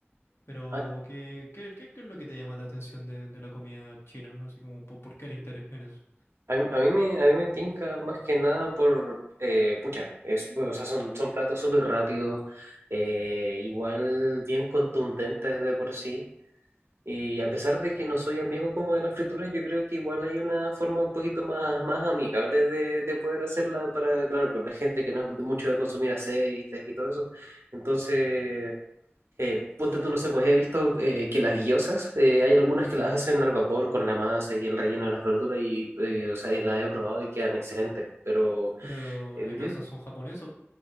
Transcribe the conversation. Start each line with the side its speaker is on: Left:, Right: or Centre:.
Left: Pero,
Right: A,
Left: ¿qué, qué, qué, qué es lo que te llama la atención de, de la comida china? Así como, ¿por por qué el interés en eso?
Right: a mí a mí me, a mí me tinca más que nada por, eh, pucha, es, bueno, o sea, son, son platos súper rápidos, eh, igual bien contundentes de por sí. Y a pesar de que no soy amigo como de las frituras, yo creo que igual hay una forma un poquito más, más amigable de, de poder hacerla para, claro, por la gente que no es de mucho de consumir aceites y todo eso. Entonces, eh, ponte tú, no sé, pues he visto eh, que las guillosas, eh, hay algunas que las hacen al vapor con la masa y el relleno de las verduras y, eh, o sea, y las he probado y quedan excelentes, pero...
Left: Pero lo-
Right: eh,
Left: las
Right: ujú.
Left: guías son japonesos,